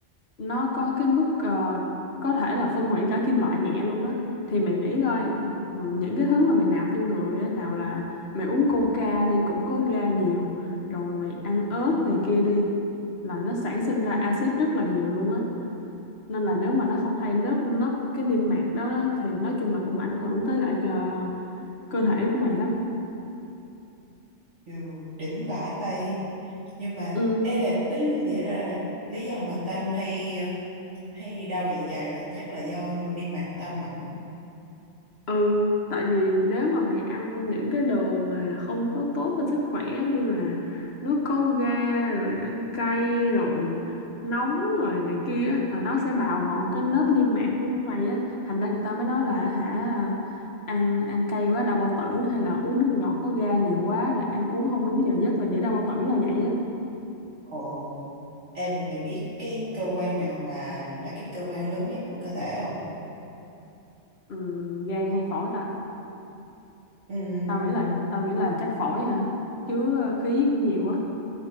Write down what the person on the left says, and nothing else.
nó có cái mức ờ, có thể là phân hủy cả kim loại nhẹ luôn á thì mày nghĩ coi ừ, những cái thứ mà mày nạp vô người á nào là mày uống coca đi cũng có ga nhiều rồi mày ăn ớt này kia đi là nó sản sinh ra axit rất là nhiều luôn á nên là nếu mà nó không thay lớp lớp cái niêm mạc đó, đó thì nói chung là cũng ảnh hưởng tới lại ờ, cơ thể của mày lắm
ừ
Ừ, tại vì nếu mà mày ăn những cái đồ mà không có tốt cho sức khỏe như là nước có ga rồi ăn cay rồi nóng rồi này kia á, là nó sẽ bào mòn cái lớp niêm mạc của mày á, thành ra người ta mới nói là hả ăn ăn cay quá đau bao tử hay là uống nước ngọt có ga nhiều quá rồi ăn uống không đúng giờ giấc là dễ đau bao tử là vậy á.
Ừ, gan hay phổi ta?
Tao nghĩ là tao nghĩ là chắc phổi hả? Chứ khí cũng nhiều á.